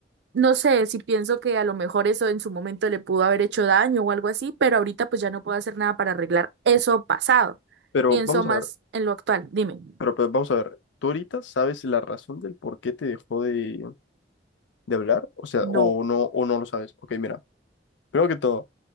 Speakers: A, on the right; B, on the left.
A: no sé si pienso que a lo mejor eso en su momento le pudo haber hecho daño o algo así, pero ahorita pues ya no puedo hacer nada para arreglar eso pasado.
B: Pero
A: Pienso
B: vamos
A: más
B: a ver,
A: en lo actual. Dime.
B: pero, pero vamos a ver, ¿tú ahorita sabes la razón del por qué te dejó de, de hablar? O sea,
A: No.
B: o no, o no lo sabes. Ok, mira, primero que todo,